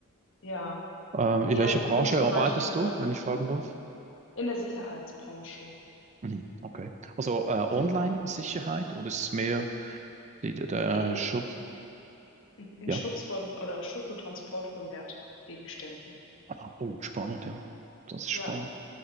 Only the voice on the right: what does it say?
Ähm,
in welcher
Branche
arbeitest
du,
wenn ich fragen
darf?
Mhm, okay. Also äh, Online-Sicherheit
oder ist es mehr die, der, der
Schutz?
Ja.
Ah, Oh, spannend, ja. Das ist spannend.